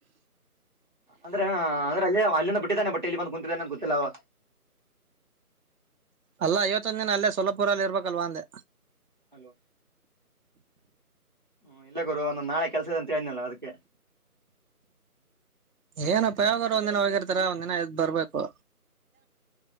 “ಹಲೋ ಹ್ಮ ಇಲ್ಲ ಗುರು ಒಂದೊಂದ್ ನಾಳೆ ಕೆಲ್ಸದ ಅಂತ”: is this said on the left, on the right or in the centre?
Right